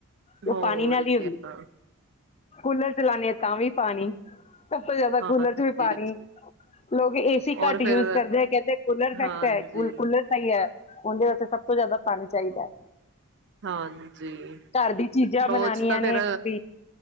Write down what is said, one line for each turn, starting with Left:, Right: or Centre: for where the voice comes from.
Left: ਉਹ
Right: ਹੋਰ
Left: ਪਾਣੀ ਨਾਲ
Right: ਕਿਆ
Left: ਹੀ ਹੁੰਦੀ
Right: <unintelligible>
Left: ਕੂਲਰ ਚਲਾਨੇ ਆ ਹਾਂ ਤਾਂ ਵੀ ਪਾਣੀ। ਸਭ ਤੋਂ ਜ਼ਿਆਦਾ ਕੂਲਰ
Right: ਹਾਂਜੀ
Left: ਚ ਵੀ ਪਾਣੀ ਲੋਕ ਏ ਸੀ ਘੱਟ
Right: ਔਰ ਫਿਰ
Left: ਯੂਜ ਕਰਦੇ ਹੈ ਕਹਿੰਦੇ ਕੂਲਰ ਫੈਕਟ
Right: ਹਾਂਜੀ
Left: ਹੈ ਕੂਲਰ ਸਹੀ ਹੈ। ਉਹਦੇ ਵਾਸਤੇ ਸਭ ਤੋਂ ਜ਼ਿਆਦਾ ਪਾਣੀ ਚਾਹੀਦਾ।
Right: ਹਾਂਜੀ
Left: ਘਰ ਦੀ ਚੀਜ਼ਾਂ ਬਣਾਉਣੀਆਂ
Right: ਉਹ ਚ ਤਾਂ ਫਿਰ
Left: ਨੇ ਵੀ